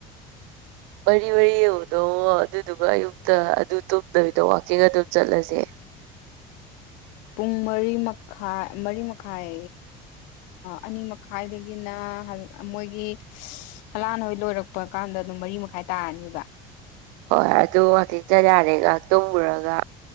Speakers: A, on the right; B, on the left.
A: ꯃꯔꯤ ꯃꯔꯤ ꯌꯦꯡꯉꯕꯗꯣ ꯑꯗꯨꯗꯨꯒ ꯑꯌꯨꯛꯇ ꯑꯗꯨ ꯇꯨꯝꯗꯕꯤꯗ ꯋꯥꯋꯥꯛꯀꯤꯡ ꯑꯗꯨꯝ ꯆꯠꯂꯁꯦ
B: ꯄꯨꯡ ꯃꯔꯤ ꯃꯈꯥꯏ ꯃꯔꯤ ꯃꯈꯥꯏ ꯑꯅꯤ ꯃꯈꯥꯏꯗꯒꯤꯅ ꯃꯣꯏꯒꯤ ꯍꯂꯥꯟ ꯍꯣꯏ ꯂꯣꯏꯔꯛꯄ ꯀꯥꯟꯗ ꯑꯗꯨꯝ ꯃꯔꯤ ꯃꯈꯥꯏ ꯇꯥꯔꯅꯤꯕ
A: ꯍꯣꯏ ꯑꯗꯨꯒ ꯋꯥꯛꯒꯤꯡ ꯆꯠ ꯌꯥꯔꯦꯅ ꯉꯥꯏꯍꯥꯛ ꯇꯨꯝꯃꯨꯔꯒ